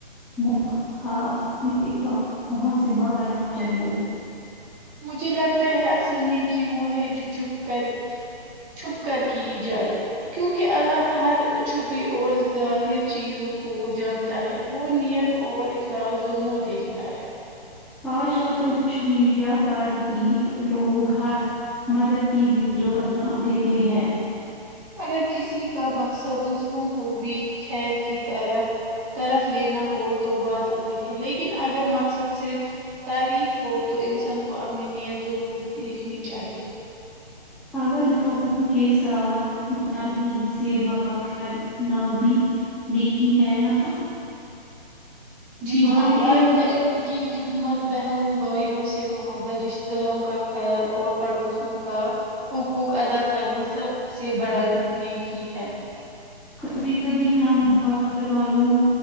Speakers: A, in the centre; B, on the right (about 15°).
A: محاسبا محاسبہ کرنا چاہیے
B: مجھے لگتا ہے اصل میں کہ وہ ہے جو چپ کر چھپ کر کی جائے کیونکہ اللہ ہر چھپی اور ظاہر چیزوں کو جانتا ہے وہ نیت اور اخلاص دونوں دیکھتا ہے
A: آج کل سوشل میڈیا پر بھی لوگ ہر مدد کی ویڈیو بنا دیتے ہیں
B: اگر کسی کا مقصد دوسروں کو بھی خیر کی طرح طرف لینا ہو تو بات الگ ہے لیکن اگر مقصد صرف تعریف ہو تو انسان کو اپنی نیت ضرور دیکھنی چاہیے
A: اگر لوگوں کے ساتھ نرمی سے بات کرنا بھی نیکی ہے نا
B: جی
A: والدین
B: ہاں ورلڈ
A: کی
B: کی خدمت بہن بھائیوں سے محبت رشتہ داروں کا خیال اور پڑوسیوں کا حقوق ادا کرنا سب سے بڑا نیکی ہے
A: کبھی کبھی ہم باہر والوں